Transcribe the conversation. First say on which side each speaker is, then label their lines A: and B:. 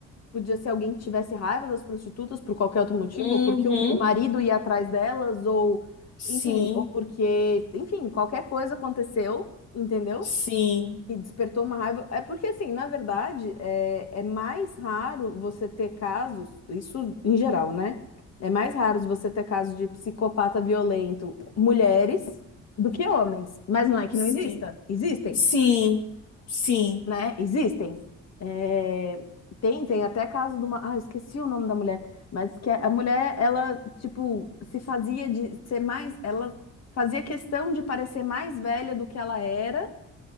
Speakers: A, on the left; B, on the left.
A: podia ser alguém que tivesse raiva das prostitutas por qualquer outro motivo,
B: Uhum,
A: ou porque o, o marido ia atrás delas, ou
B: sim,
A: enfim, ou porque, enfim, qualquer coisa aconteceu, entendeu?
B: sim,
A: que despertou uma raiva. É porque, assim, na verdade, é, é mais raro você ter casos, isso em geral, né? É mais raro você ter casos de psicopata violento, mulheres, do que homens. Mas não é que
B: sim.
A: não exista. Existem,
B: Sim, sim.
A: né? Existem. É, tem, tem até caso de uma. Ah, esqueci o nome da mulher. Mas que a mulher, ela, tipo, se fazia de ser mais. Ela fazia questão de parecer mais velha do que ela era.